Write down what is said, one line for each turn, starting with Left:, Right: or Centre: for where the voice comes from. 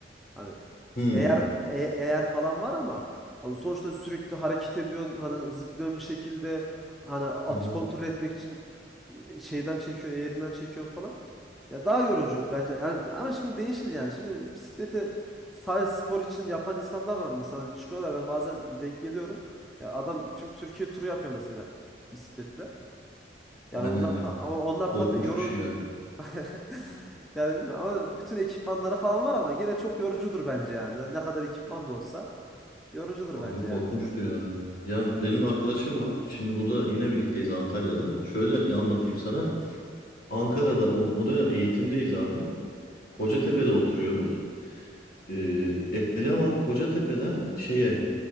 Centre: Hani
Left: Hı
Centre: eğer e- eğer falan var ama hani sonuçta sürekli hareket ediyorsun hani zıplıyorsun bir şekilde hani atı
Left: hı hı.
Centre: kontrol etmek için e, şeyden çekiyorsun eğerinden çekiyorsun falan. Ya daha yorucu bence. Yani ama şimdi değişir yani. Şimdi bisiklete sadece spor için yapan insanlar var mesela Hani çıkıyorlar ben bazen denk geliyorum. Ya adam tüm Türkiye turu yapıyor mesela bisikletle. Yani
Left: Aynen
Centre: onlar
Left: ya.
Centre: ta ama onlar
Left: Korkunç
Centre: tabii yoru
Left: bir şey
Centre: <laughs>
Left: ya.
Centre: yani bilmiyorum ama bütün ekipmanları falan var ama gene çok yorucudur bence yani. Ne kadar ekipman da olsa yorucudur
Left: Abi
Centre: bence
Left: korkunçtu
Centre: yani.
Left: ya. Ya benim bir arkadaşım var. Şimdi burada yine birlikteyiz Antalya'da. Şöyle anlatayım sana. Ankara'da o, o dönem eğitimdeyiz abi. Kocatepe'de
Centre: Evet.
Left: oturuyoruz. Ee, eleman Kocatepe'den şeye